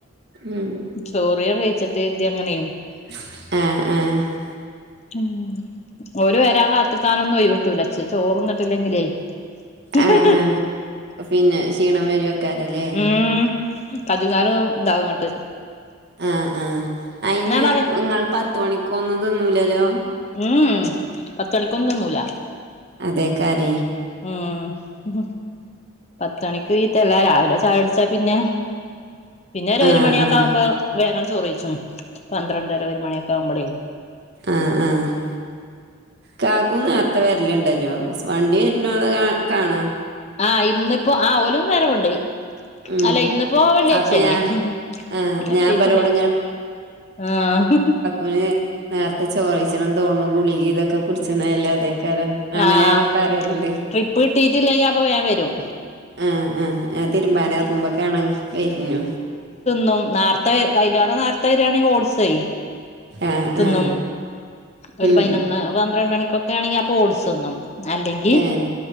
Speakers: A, on the right (about 50°); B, on the left (about 30°).
A: ഉം
B: ചോറിയോ കഴിച്ചിട്ട് അങ്ങനെ.
A: ആഹാ.. ആഹാ... !
B: ഉം ഒരു വരാൻ കാത്തിക്കാനൊന്നും ഒഴിവിട്ടൂലാ, ചോറന്നിട്ടി എല്ലങ്കിലേ. <unintelligible>
A: ആഹ് ആഹ് പിന്നെ ക്ഷീണം വരുവെക്കാരല്ലേ
B: ഉം.. ! കജുങ്ങാലും ഉണ്ടാവും ഇങ്ങട്ട്.
A: ആഹാ ആഹാ അതിന്
B: ഞാൻ പറയും
A: നിങ്ങൾ പത്ത് മണിക്ക് ഒന്നും തിന്നുല്ലലോ?
B: ഉം.. പത്തണിക്കൊന്നും തിന്നുല്ല.
A: അതേയ്ക്കാരെ.
B: ഉം പത്തണിക്ക് തീറ്റല്ലാ, രാവിലെ ചായ അടിച്ച പിന്നെ, പിന്നെ ഒരു
A: ആഹ്
B: ഒരു മണിയൊക്കെ
A: ആഹ്
B: ആകുമ്പോ വേഗം ചോറിയിച്ചും, പന്ത്രണ്ടര ഒരു മണിയൊക്കെ ആവുമ്പോഴേ.
A: ആഹാ ആഹാ... ! കാക്കൂ നേരത്ത വരല്ലുണ്ടല്ലോ, വണ്ടി വരണ കാ കാണാ.
B: ആഹ് ഇന്നിപ്പോ ആഹാ ഓലും വരവ്ണ്ട്.
A: ഉം.
B: അല്ല ഇന്ന് ഇപ്പോ വെള്ളിയാച്ചല്ലേ,
A: അപ്പൊ ഞാൻ ആഹ്
B: ഇന്നെത്തിട്ടില്ല.
A: ഞാൻ ഇബലോട്
B: ആഹാ.. !
A: ഒന് നേരത്തെ ചോറിച്ചണം തോണു, ഗുളിഗെയിം ഇതൊക്കെ. കുടിച്ചന്നല്ലേ അതേക്കാരം, അങ്ങനെ
B: ആഹ്
A: ഞങ്ങൾ പറയല്ണ്ട്.
B: ട്രിപ്പ് കിട്ടിയിട്ടില്ലെങ്കി അപ്പൊ വേം വരും
A: ആഹാ ആഹാ ആഹാ തിരുമ്പാന്- ഇറങ്ങുമ്പൊ കാണാ വരഞ്ഞു.
B: നും നേത്തെ കല്യണം നേർത്തെ- വരാണെകിൽ ഈ ഓടിച്ചെയ്‌.
A: ആഹ്
B: തിന്നും
A: ആഹ്
B: ഒരു
A: ഉം
B: പതിനൊന്ന് പന്ത്രണ്ടണിക്കൊക്കെ ആണെങ്കി അപ്പോ ഓട്സ്ന്നും അല്ലെങ്കി
A: ഏഹ്